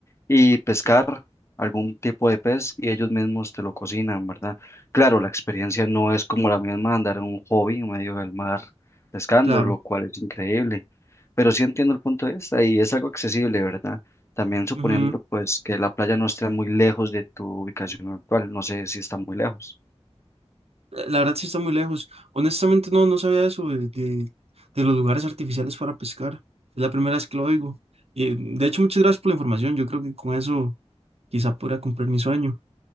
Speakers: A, on the left; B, on the right.
A: y pescar algún tipo de pez y ellos mismos te lo cocinan, ¿verdad? Claro, la experiencia no es como la misma andar en un hobby en medio del mar pescando,
B: claro.
A: lo cual es increíble. Pero sí entiendo el punto de vista y es algo accesible, ¿verdad? También suponiendo
B: Ujú.
A: pues que la playa no esté muy lejos de tu ubicación actual, no sé si está muy lejos.
B: Eh, La verdad sí está muy lejos. Honestamente no, no sabía eso de, de, de los lugares artificiales para pescar. Es la primera vez que lo oigo. Y de hecho, muchas gracias por la información. Yo creo que con eso quizá pueda cumplir mi sueño.